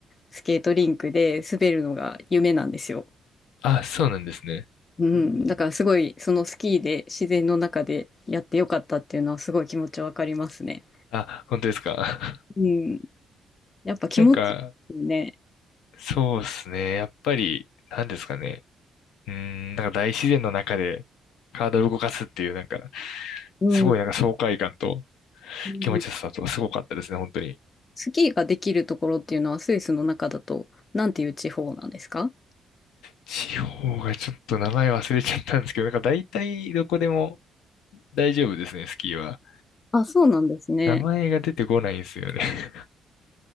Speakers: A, on the left (about 35°); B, on the left (about 80°).
A: スケートリンクで滑るのが夢なんですよ。
B: あ、そうなんですね。
A: うん。だからすごい、そのスキーで自然の中でやってよかったっていうのはすごい気持ちわかりますね。
B: あ、本当ですか。
A: うん。やっぱ気持ちいいよね。
B: なんか、そうですね。やっぱり、なんですかね。うーん、なんか大自然の中で体を動かすっていう、なんか、
A: うん。
B: すごいなんか爽快感と
A: うん
B: 気持ちよさとすごかったですね、本当に。
A: スキーができるところっていうのはスイスの中だと、なんていう地方なんですか
B: 地方がちょっと名前忘れちゃったんですけど、なんか大体どこでも大丈夫ですね、スキーは。
A: あ、そうなんですね。
B: 名前が出てこないんですよね。<laughs>